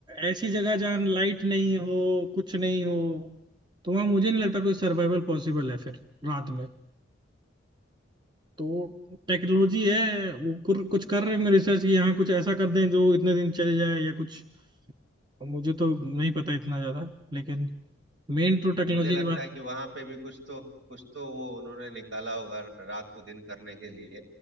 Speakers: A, on the right (about 25°); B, on the right (about 75°).
A: ऐसी जगह जहाँ लाइट नहीं हो कुछ नहीं हो तो वहाँ मुझे नहीं लगता कोई सर्वाइवल पॉसिबल है फिर रात में तो टेक्नोलॉजी है वो कुर- कुछ कर रहे हैं रिसर्च कि यहाँ कुछ ऐसा कर दें जो इतने दिन चल जाए या कुछ मुझे तो नहीं पता इतना ज्यादा लेकिन मेन तो टेक्नोलॉजी
B: मुझे लगता
A: की बात
B: है कि वहां पे भी कुछ तो कुछ तो वो उन्होंने निकाला होगा रात को दिन करने के लिए